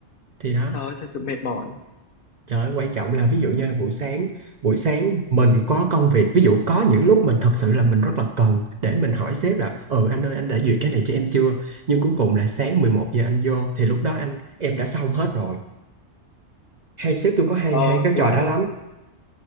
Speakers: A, on the right; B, on the left.
A: thì đó
B: trời ơi thật sự mệt mỏi
A: Trời ơi, quan trọng là ví dụ như là buổi sáng, buổi sáng mình có công việc, ví dụ có những lúc mình thật sự là mình rất là cần để mình hỏi sếp là ừ anh ơi anh đã duyệt cái này cho em chưa? Nhưng cuối cùng là sáng 11 giờ anh vô thì lúc đó anh em đã xong hết rồi. Hay sếp tôi có hay
B: ờ
A: hay cái
B: đúng
A: trò
B: rồi
A: đó lắm.